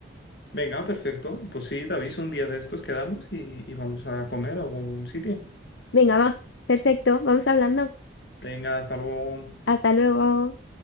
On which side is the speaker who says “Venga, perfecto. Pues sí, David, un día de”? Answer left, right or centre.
Left